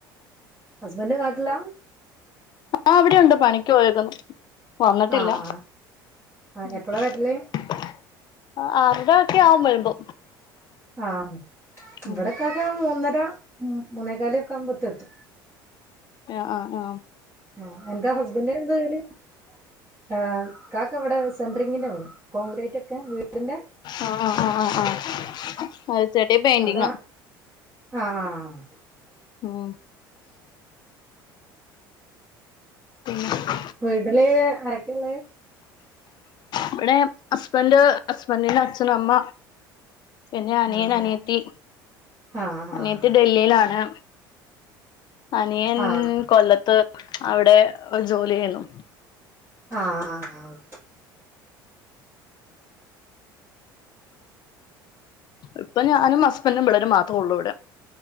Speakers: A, on the right; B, on the left.
A: ഹസ്ബന്റ് നാട്ടില
B: ഓഹ് അവിടെയൊണ്ട് പണിക്ക് പോയേക്കുന്നു വന്നിട്ടില്ല
A: ആഹ് ആഹ്
B: <unintelligible>
A: എപ്പളാ വരല്
B: ഒക്കെ ആവും വരുമ്പോ.
A: ആഹ് ഇവിടെ
B: ഉം
A: ക്കാക്കാ മൂന്നര മുന്നേകാല് ഒക്കെ ആമ്പോത്തെ എത്തു
B: ഏഹ് ആഹ് ആഹ്
A: ആഹ് എന്താ ഹസ്ബൻ്റിനെന്താ പര്പാടി ആന് ഇക്കാക്കവടെ സെൻട്രങ്ങിന്റെ പണി കോൺക്രീറ്റൊക്കെ വീടിന്റെ
B: ആഹ് ആഹ് ആഹ് ആഹ് ആഹ് അത് ചേട്ട പെയിന്ണ്ടിങ്ങ
A: അവിടെ ആഹ് ആഹ്
B: ഉം പിന്നെ
A: വീട്ടില് ആരെക്കെള്ള ത്
B: ഇവിടെ ഹസ്ബന്ഡ് ഹസ്ബന്റിന്റെ അച്ഛനും അമ്മ പിന്നെ അനിയൻ
A: ആഹ്
B: അനിയത്തി
A: ആഹ്
B: അനിയത്തി ഡൽ ഈലാണ് അനിയൻ
A: ആഹ്
B: കൊല്ലത്ത് അവടെ ജോലി ചെയ്യുന്നു.
A: ആഹ് ആഹ്ആഹ്
B: ഇപ്പം ഞാനും ഹസ്ബൻ്റും പിള്ളേരും മാത്രേ ഉള്ളൂ ഇവിടെ